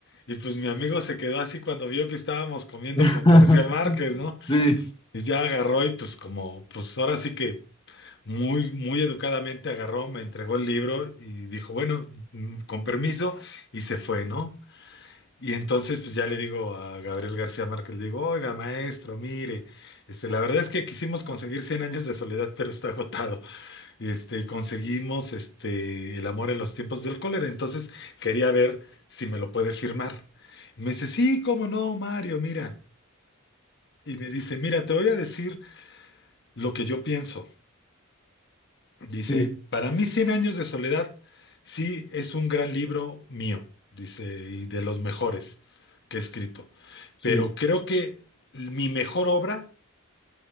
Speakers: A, on the left (about 60°); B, on the left (about 25°).
A: Y pues mi amigo se quedó así cuando vio que estábamos comiendo
B: <laughs>
A: con García Márquez, ¿no?
B: Sí,
A: Y ya agarró y pues como, pues ahora sí que muy, muy educadamente agarró, me entregó el libro y dijo, bueno, mm, con permiso, y se fue, ¿no? Y entonces pues ya le digo a Gabriel García Márquez, le digo, oiga, maestro, mire, este, la verdad es que quisimos conseguir cien años de soledad, pero está agotado este, conseguimos este, El amor en los tiempos del cólera. Entonces quería ver si me lo puede firmar. Y me dice, sí, cómo no, Mario, mira. Y me dice, mira, te voy a decir lo que yo pienso. Dice,
B: sí,
A: para mí, Cien años de soledad, sí, es un gran libro mío, dice, y de los mejores que he escrito.
B: sí.
A: Pero creo que mi mejor obra